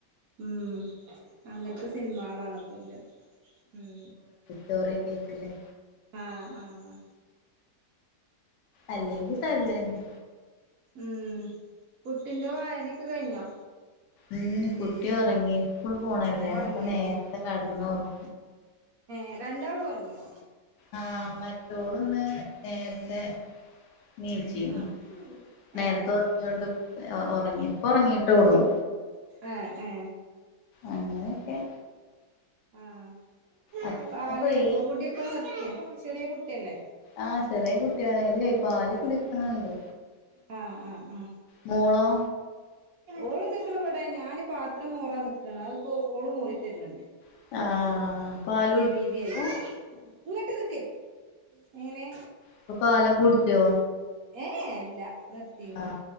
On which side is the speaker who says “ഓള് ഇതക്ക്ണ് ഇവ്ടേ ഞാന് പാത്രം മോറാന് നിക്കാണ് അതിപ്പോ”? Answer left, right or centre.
Right